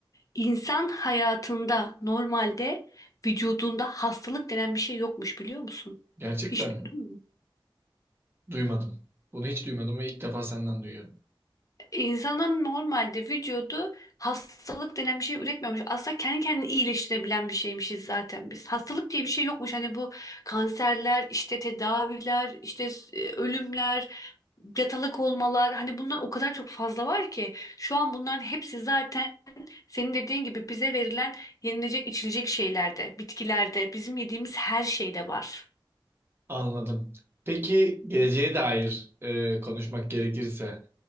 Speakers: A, on the left; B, on the right.
A: İnsan hayatında normalde vücudunda hastalık denen bir şey yokmuş biliyor musun?
B: Gerçekten
A: Hiç
B: mi?
A: duydun mu?
B: Duymadım. Bunu hiç duymadım ve ilk defa senden duyuyorum.
A: İnsanın normalde vücudu hastalık denen bir şey üretmiyormuş. Aslında kendi kendini iyileştirebilen bir şeymişiz zaten biz. Hastalık diye bir şey yokmuş. Hani bu kanserler, işte tedaviler, işte e, ölümler, yatalak olmalar. Hani bunlar o kadar çok fazla var ki. Şu an bunların hepsi zaten Senin dediğin gibi bize verilen yenilecek içilecek şeylerde, bitkilerde, bizim yediğimiz her şeyde var.
B: Anladım. Peki geleceğe dair e, konuşmak gerekirse